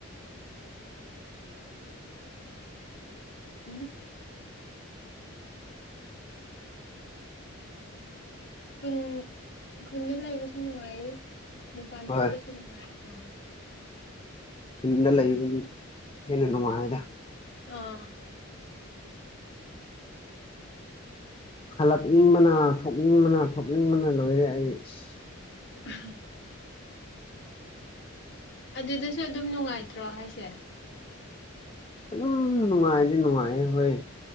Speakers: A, on the left; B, on the left.
A: <inaudible>
B: ꯎꯝ
A: <inaudible>
B: ꯈꯨꯟ ꯈꯨꯟꯗ ꯂꯩꯕꯁꯨ ꯅꯨꯡꯉꯥꯏ ꯃꯄꯥꯟ
A: ꯍꯣꯏ
B: ꯊꯣꯛꯄꯁꯨ ꯅꯨꯡꯉꯥꯏ ꯑꯥ
A: ꯌꯨꯝꯗ ꯂꯩꯕꯒꯤ ꯍꯦꯟꯅ ꯅꯨꯡꯉꯥꯏꯗ
B: ꯑꯥ
A: ꯍꯜꯂꯛꯅꯤꯡꯕꯅ ꯊꯣꯛꯅꯤꯡꯕꯅ ꯊꯣꯛꯅꯤꯡꯕꯅ ꯂꯣꯏꯔꯦ ꯑꯩ ꯑꯁ
B: ꯎꯝ ꯑꯗꯨꯗꯁꯨ ꯑꯗꯨꯝ ꯅꯨꯡꯉꯥꯏꯇ꯭ꯔꯣ ꯍꯥꯏꯁꯦ
A: ꯑꯗꯨꯝ ꯅꯨꯡꯉꯥꯏꯗꯤ ꯅꯨꯡꯉꯥꯏꯌꯦ ꯍꯣꯏ